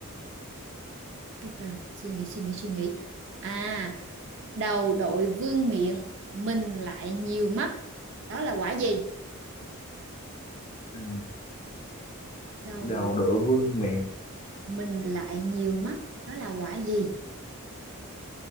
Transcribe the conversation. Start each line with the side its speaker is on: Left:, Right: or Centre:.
Right: cái trời suy nghĩ suy nghĩ suy nghĩ à đầu đội vương miện mình lại nhiều mắt đó là quả gì
Left: ừ,
Right: đầu
Left: đầu
Right: đội
Left: đội vương miện
Right: mình lại nhiều mắt đó là quả gì